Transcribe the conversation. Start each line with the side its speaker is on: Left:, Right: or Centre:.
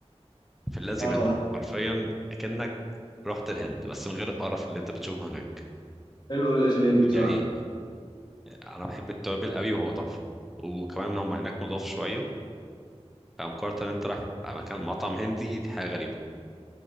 Centre: في الذي
Left: اه
Centre: منه حرفيا كأنك رحت الهند بس من غير القرف اللي انت بتشوفه هناك
Left: حلو قوي الاكل الهندي
Centre: يعني
Left: بصراحه
Centre: انا بحب التوابل قوي وهو تحفه وكمان هم هناك نضاف شويه فمقارنه ان انت رايح مكان مطعم هندي دي حاجه غريبه